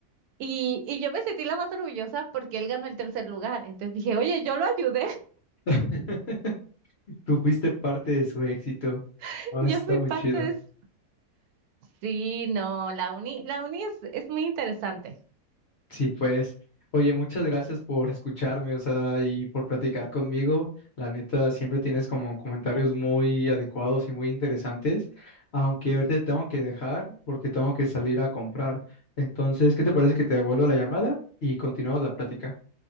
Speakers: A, on the right; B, on the left.
A: Y, y yo me sentí la más orgullosa porque él ganó el tercer lugar, entonces dije, oye, yo lo ayudé,
B: <laughs> Tú fuiste parte de su éxito.
A: <laughs>
B: Ah,
A: yo
B: está
A: fui
B: muy
A: parte
B: chido.
A: de eso. Sí, no, la uni, la uni es, es muy interesante.
B: Sí, pues. Oye, muchas gracias por escucharme, o sea, y por platicar conmigo. La neta, siempre tienes como comentarios muy adecuados y muy interesantes, aunque ahorita te tengo que dejar porque tengo que salir a comprar. Entonces, ¿qué te parece que te devuelvo la llamada y continuamos la plática?